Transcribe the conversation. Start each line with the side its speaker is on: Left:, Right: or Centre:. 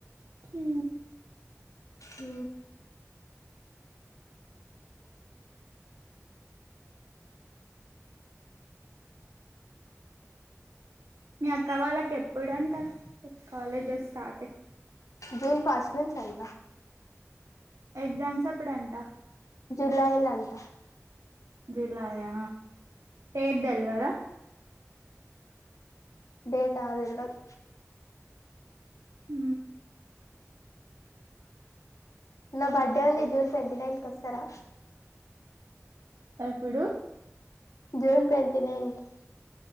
Right: ఉ
Left: ఊ
Right: మీ అక్క వాళ్ళకి ఎప్పుడుంట కాలేజెస్ స్టార్ట్
Left: జూన్ ఫస్ట్ నుంచి అంట
Right: ఎగ్జామ్స్ ఎప్పుడంట
Left: జులైల అంట
Right: జులాయా ఎదేల్వదా
Left: డేటా తెల్వద్
Right: ఊ
Left: నా బర్డే ఉంది జూన్ ట్వంటీ నైన్ కి వస్తరా
Right: ఎప్పుడు
Left: జూన్ ట్వ టి నైన్త్